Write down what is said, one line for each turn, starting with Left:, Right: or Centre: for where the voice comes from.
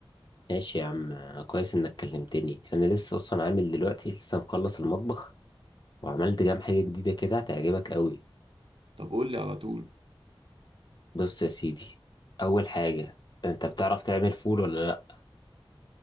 Left: ماشي يا عم كويس انك كلمتني انا لسه اصلا عامل دلوقتي لسه مخلص المطبخ وعملت كام حاجه جديده كده هتعجبك قوي
Right: طب قول لي على طول
Left: بص يا سيدي اول حاجه انت بتعرف تعمل فول ولا لا